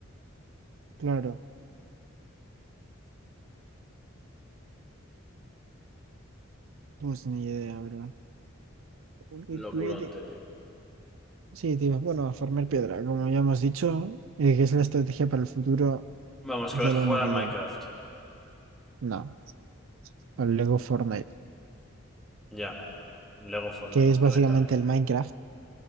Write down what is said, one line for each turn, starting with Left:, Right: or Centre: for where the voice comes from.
Right: claro. Pues ni idea, bro. Porque
Centre: Locurón,
Right: cuide-
Centre: tete.
Right: Sí, tío. Bueno, a farmear piedra, como ya hemos dicho, eh, que es la estrategia para el futuro
Centre: Vamos,
Right: de
Centre: que vas
Right: la
Centre: a
Right: humanidad.
Centre: jugar al Minecraft.
Right: No, al Lego Fortnite,
Centre: Ya. Lego Fortnite.
Right: que es básicamente
Centre: Renta.
Right: el Minecraft,